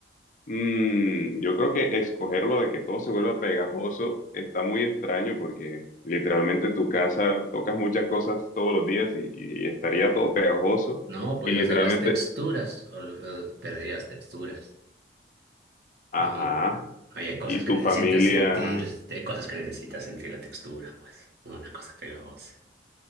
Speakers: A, on the left; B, on the right.
A: Mm, yo creo que escoger lo de que todo se vuelva pegajoso está muy extraño porque literalmente tu casa tocas muchas cosas todos los días y, y estaría todo pegajoso
B: No, pues
A: y literalmente,
B: hacer las texturas, ol- eh, perdí las texturas.
A: ajá,
B: No, Ahí hay cosas
A: y
B: que
A: tu
B: necesitas
A: familia,
B: sentir, hay cosas que necesitas sentir la textura, pues, una cosa pegajosa.